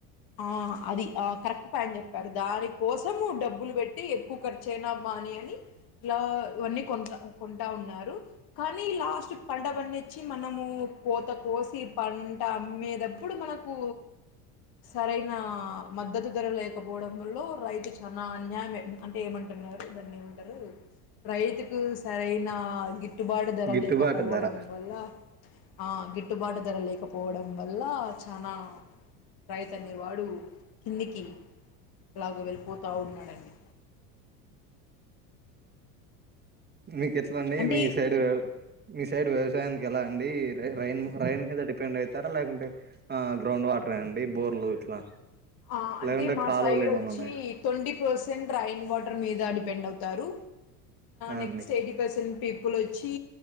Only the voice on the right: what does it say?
గిట్టుబాటు
ధర
మీకు ఎట్లాండి
మీ సైడ్ మీ సైడ్ వ్యవసాయానికి ఎలా అండి రైన్ రైన్ మీద డిపెండ్ అవుతారా లేకుంటే ఆ గ్రౌండ్ వాటర్ అండి బోర్లు ఇట్లా
లేకుంటే
కాలువలు
ఏమన్నా
ఉన్నాయా
ఆ
అండి